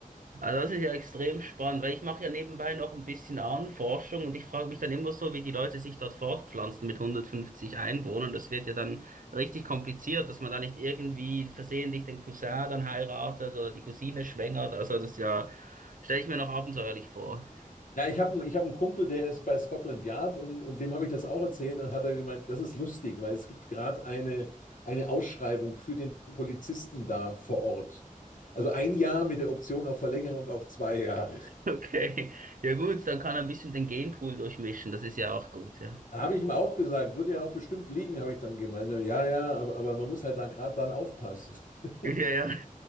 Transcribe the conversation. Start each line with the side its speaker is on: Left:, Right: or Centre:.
Right: Also das ist ja extrem spannend, weil ich mache ja nebenbei noch ein bisschen Ahnenforschung und ich frage mich dann immer so, wie die Leute sich dort fortpflanzen mit 150 Einwohnern. Das wird ja dann richtig kompliziert, dass man da nicht irgendwie versehentlich den Cousin dann heiratet oder die Cousine schwängert. Also das ist ja, stelle ich mir noch abenteuerlich vor. <laughs>
Left: Na, ich habe einen, ich hab einen Kumpel, der ist bei Scotland Yard und, und dem habe ich das auch erzählt und hat er gemeint, das ist lustig, weil es gibt gerade eine, eine Ausschreibung für den Polizisten da vor Ort. Also ein Jahr mit der Option auf Verlängerung auf zwei Jahre.
Right: Okay, ja gut, dann kann er ein bisschen den Genpool durchmischen. Das ist ja auch gut, ja.
Left: Da Habe ich ihm auch gesagt, wird ja auch bestimmt liegen, habe ich dann gemeint. Ja, ja, ja, aber, aber man muss halt da gerade dann aufpassen. <laughs>
Right: Ja, ja.